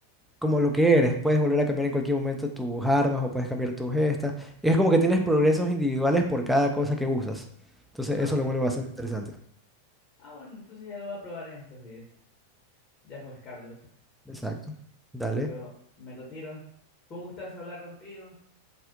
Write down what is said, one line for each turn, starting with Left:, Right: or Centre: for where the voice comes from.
Centre: como lo que eres. Puedes volver a cambiar en cualquier momento tus armas o puedes cambiar tus gestas. Y es como que tienes progresos individuales por cada cosa que usas. Entonces
Left: Ah,
Centre: eso
Left: ok.
Centre: lo vuelve bastante interesante.
Left: Ah, bueno, entonces ya lo voy a probar en estos días. Ya pues, Carlos,
Centre: Exacto. Dale.
Left: yo me retiro. Fue un gustazo hablar contigo,